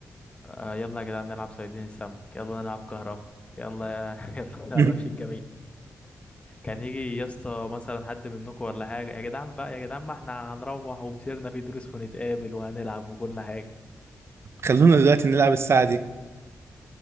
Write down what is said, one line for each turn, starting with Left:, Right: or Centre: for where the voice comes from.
Left: آه يلا يا جدعان نلعب صيادين السمك يلا نلعب كهربا يلا يا <laughs> يلا نلعب
Right: <laughs>
Left: قفش الجميع كان يجي يا اسطى مثلا حد منكم ولا حاجة يا جدعان بقى يا جدعان ما احنا هنروح ومسيرنا في دروس ونتقابل وهنلعب وكل حاجة
Right: خلونا دلوقتي نلعب الساعه دي